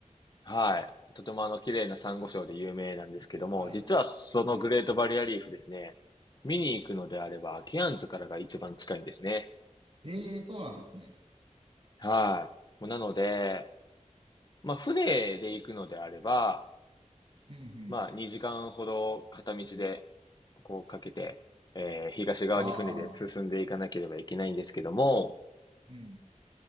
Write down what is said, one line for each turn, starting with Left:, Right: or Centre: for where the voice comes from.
Left: はい。とてもあの、綺麗なサンゴ礁で有名なんですけども、
Right: はい。
Left: 実はそのグレートバリアリーフですね、
Right: 世界遺産。
Left: 見に行くのであれば、ケアンズからが一番近いんですね。
Right: ええー、そうなんですね。
Left: はい。もうなので、まあ、船で行くのであれば、
Right: うんうん。
Left: まあ、2時間ほど片道で、こうかけて、えー東側に船で進んでいかなければいけないんですけども、
Right: ああ。うん、